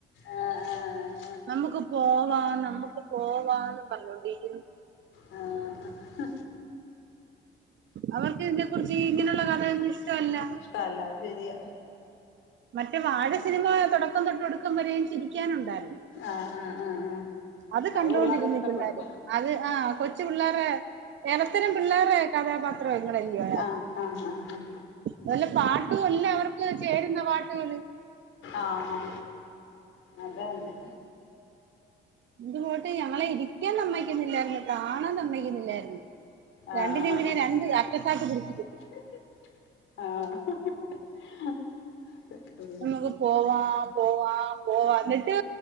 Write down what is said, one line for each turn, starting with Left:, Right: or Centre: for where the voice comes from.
Left: ആഹ് ആഹ്
Right: നമുക്ക് പോവാ നമ്മുക്ക് പോവാന്നും പറഞ്ഞോണ്ടിരിന്നു
Left: ആഹ് ആഹ് ആഹ്
Right: അവർക്ക് ഇതിനെ കുറിച്ച് ഇങ്ങനെയുള്ള കഥകയൊന്നും ഇഷ്ടമല്ല
Left: ഇഷ്ടല്ലാ അത് ശെരിയാ
Right: മറ്റേ വാഴ സിനിമ തുടക്കം തൊട്ടൊടുക്കം വരെയും ചിരിക്കാനുണ്ടായിരുന്നു.
Left: ആഹ് ആഹ് ആഹ് ആഹ്
Right: അത് കണ്ടുകൊണ്ടിരുന്നു
Left: പിള്ളേർക്ക് ഇഷ്ടപ്പെടും
Right: ഈ പിള്ളേർ. അത് ആ കൊച്ചു പിള്ളേരെ- ഇടത്തരം പിള്ളേരുടെ കഥാപാത്രങ്ങളല്ലെ.
Left: ആഹ് ആഹ് ആഹ്
Right: അതല്ല പാട്ടു എല്ല അവർക്ക് ചേരുന്ന പാട്ടുകള്.
Left: ആഹ്. അതന്നെ.
Right: ഇന്നു പോയിട്ട് ഞങ്ങളെ ഇരിക്കൻ സമ്മതിക്കുന്നില്ലായിരുന്നു. കാാണാൻ സമ്മക്കുന്നില്ലായിരുന്നു.
Left: ആഹ്
Right: രണ്ടിനേം പിന്നെ രണ്ട് അറ്റത്താക്കി പിടിച്ചു.
Left: ആഹ്
Right: നമ്മക്ക് പോവാ പോവാ പോവാ എന്നിട്ട്